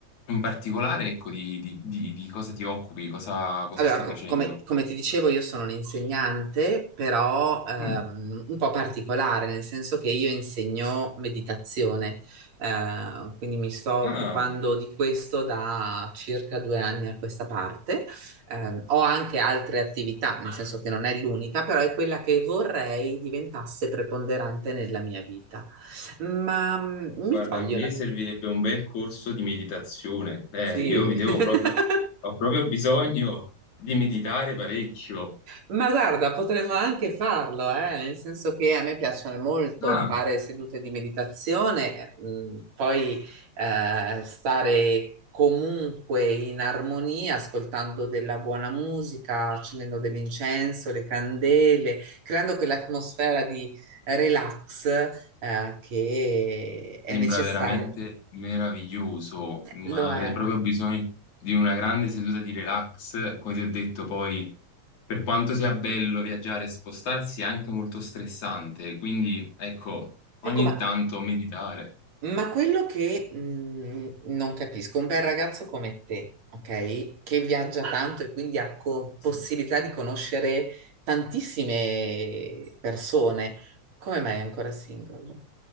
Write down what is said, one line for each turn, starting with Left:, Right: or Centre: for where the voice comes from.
Left: in particolare, ecco, di, di- di- di cosa ti occupi, cosa, cosa
Right: Allora,
Left: stai
Right: co-
Left: facendo?
Right: come, come ti dicevo, io sono un'insegnante, però ehm,
Left: Mm.
Right: un po' particolare, nel senso che io insegno meditazione, eh, quindi mi sto occupando
Left: Ah.
Right: di questo da circa due anni a questa parte. Ehm, ho anche altre attività, nel senso che non è l'unica, però è quella che vorrei diventasse preponderante nella mia vita. Ma mm, mi
Left: Guarda,
Right: togli
Left: a me
Right: una...
Left: servirebbe un bel corso di meditazione. Eh,
Right: Sì.
Left: io mi devo
Right: <laughs>
Left: proprio, ho proprio bisogno di meditare parecchio.
Right: Ma guarda, potremmo anche farlo, eh, nel senso che a me piacciono molto
Left: Ah,
Right: fare sedute di meditazione, mh, poi eh, stare comunque in armonia, ascoltando della buona musica, accendendo dell'incenso, le candele, creando quell'atmosfera di relax eh, che è
Left: sembra
Right: necessaria.
Left: veramente meraviglioso, ma
Right: Lo
Left: avrei
Right: è.
Left: proprio bisogno di una grande seduta di relax. Come ti ho detto, poi, per quanto sia bello viaggiare e spostarsi, è anche molto stressante. Quindi, ecco, ogni
Right: Ecco, ma
Left: tanto meditare.
Right: Ma quello che mh, non capisco, un bel ragazzo come te, ok? Che viaggia tanto e quindi ha co-
Left: Sì.
Right: possibilità di conoscere tantissime persone, come mai è ancora single?